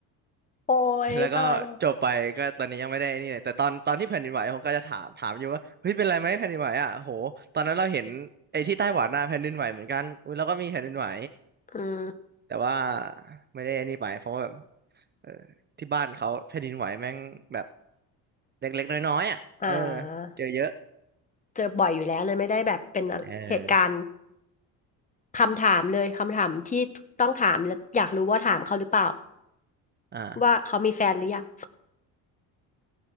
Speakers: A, on the left; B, on the right.
A: โอ้ยตายเลย
B: แล้วก็จบไปก็ตอนนี้ยังไม่ได้นี่เลยแต่ตอนตอนที่แผ่นดินไหวผมก็จะถามถามอยู่ว่าเฮ้ยเป็นไรไหมแผ่นดินไหวอ่ะโหตอนนั้นเราเห็นไอ้ที่ไต้หวันน่ะแผ่นดินไหวเหมือนกันอุ้ยเราก็มีแผ่นดินไหว
A: อืม
B: แต่ว่าไม่ได้นี่ไปเพราะว่าแบบเออที่บ้านเขาแผ่นดินไหวแม่งแบบเล็กๆน้อยๆอ่ะเออ
A: อ่า
B: เจอเยอะ
A: เจอบ่อยอยู่แล้วเลยไม่ได้แบบเป็นเหตุการณ์
B: เออ
A: คำถามเลยคำถามที่ต้องถามแล้วอยากรู้ว่าถามเขาหรือเปล่า
B: อ่า
A: ว่าเขามีแฟนหรือยัง